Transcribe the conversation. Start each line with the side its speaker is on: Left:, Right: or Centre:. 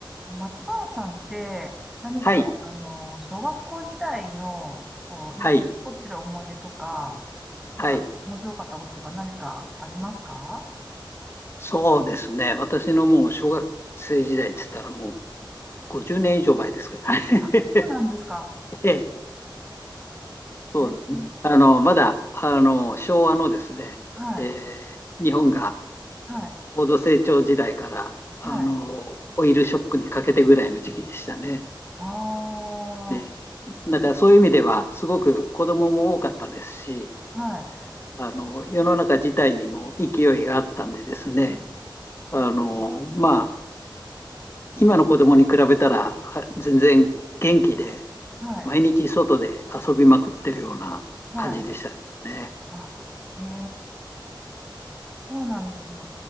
Centre: 松原さんって何か、
Left: はい、
Centre: あの、小学校時代の、こう、
Left: はい、
Centre: 印象に残ってる思い出とか、なんか、
Left: はい。
Centre: 面白かったこととか何かありますか
Left: そうですね。私のもう小学生時代って言ったらもう50年以上前ですからね。
Centre: あ、そうなんですか。
Left: <laughs> ええ、そうですね。
Centre: えー
Left: あの、まだ、あの、昭和のですね、
Centre: はい、
Left: ええ日本が
Centre: はい、
Left: 高度成長時代から、あの、
Centre: はい。
Left: オイルショックにかけてぐらいの時期でしたね。
Centre: ああ、
Left: ええ
Centre: は
Left: だからそういう意味では、すごく子供も多かったですし、
Centre: い、
Left: あの、世の中自体にも勢いがあったんでですね、
Centre: うん
Left: あの、まあ、今の子供に比べたら、全然元気で、
Centre: はい、
Left: 毎日外で遊びまくってるような感じでしたね。
Centre: はい。あ、へえ、そうなんですね。